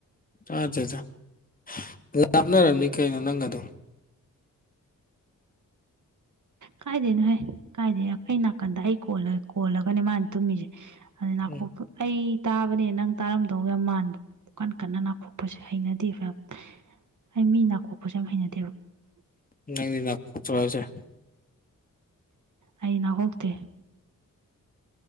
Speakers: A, on the left; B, on the right.
A: ꯆ ꯆꯦ ꯂꯥꯞꯅꯔꯝꯅꯤ ꯀꯩꯅꯣ ꯅꯪꯒ ꯑꯗꯨꯝ
B: ꯀꯥꯏꯗꯦꯅꯣꯍꯦ ꯀꯥꯏꯗꯦ ꯑꯩ ꯅꯥꯀꯟꯗ ꯑꯩ ꯀꯣꯂ ꯀꯣꯜꯂꯒꯅꯦ ꯃꯥꯅ ꯇꯨꯝꯃꯤꯁꯦ ꯑꯗꯩ ꯅꯥꯀꯣꯛꯇꯨ
A: ꯎꯝ
B: ꯑꯩ ꯇꯥꯕꯅꯦ ꯅꯪ ꯇꯥꯔꯝꯗꯧ ꯌꯥꯝ ꯃꯥꯟꯕ ꯀꯟ ꯀꯟꯅ ꯅꯥꯀꯣꯛꯄꯁꯦ ꯍꯩꯅꯗꯦꯕ ꯌꯥꯝ ꯑꯩ ꯃꯤ ꯅꯥꯀꯣꯛꯄꯁꯦ ꯌꯥꯝ ꯍꯩꯅꯗꯦꯕ
A: <unintelligible>
B: ꯑꯩ ꯅꯥꯍꯣꯛꯇꯦ